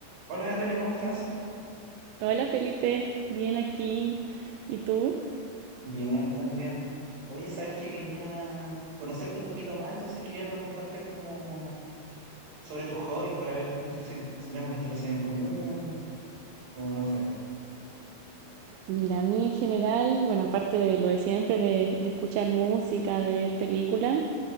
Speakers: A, on the right; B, on the right.
A: Hola Natalia, ¿cómo estás?
B: Hola Felipe, bien aquí. ¿Y tú?
A: Bien, también. Oye, sabes que quería conocerte un poquito más, entonces quería preguntarte como sobre tus hobbies para ver, no sé si tenemos intereses en común o no sé.
B: Mira, a mí en general, bueno, aparte de lo de siempre, de, de escuchar música, de ver películas,